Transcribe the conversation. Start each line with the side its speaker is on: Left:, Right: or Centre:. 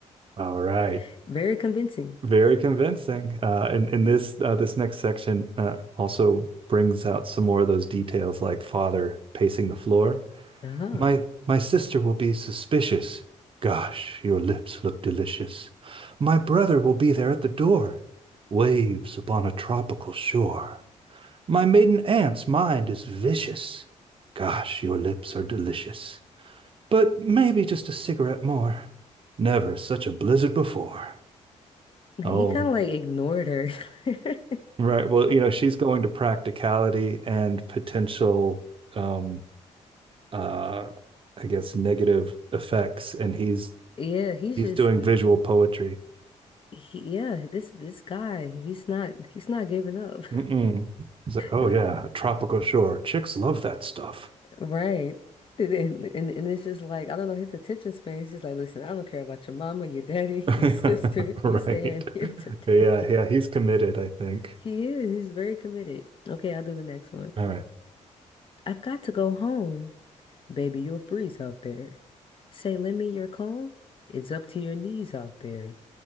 Right: All right.
Left: <laughs> Very convincing.
Right: Very
Left: <laughs>
Right: convincing. Uh, and, and this uh, this next section uh, also brings out some more of those details, like father pacing the floor.
Left: Uh-huh.
Right: My my sister will be suspicious. Gosh, your lips look delicious. My brother will be there at the door. Waves upon a tropical shore. My maiden aunt's mind is vicious. Gosh, your lips are delicious. But maybe just a cigarette more. Never such a blizzard before. Oh,
Left: He kind of like ignored her. <laughs>
Right: right. Well, you know, she's going to practicality and potential, um, uh, I guess, negative effects, and he's
Left: Yeah, he's
Right: he's
Left: just
Right: doing visual poetry.
Left: he, yeah, this this guy, he's not he's not giving up.
Right: Mm-mm. He's like, oh
Left: <laughs>
Right: yeah, a tropical shore. Chicks love that stuff.
Left: Right. And, and and it's just like, I don't know, his attention span He's just like, listen, I don't care about your mama, your daddy,
Right: <laughs>
Left: <laughs> your sister.
Right: Right.
Left: You staying here today.
Right: Yeah, yeah,
Left: <laughs>
Right: he's committed, I think.
Left: He is. He's very committed. Okay, I'll do the next one.
Right: All right.
Left: I've got to go home. Baby, you'll freeze out there. Say, lend me your comb. It's up to your knees out there.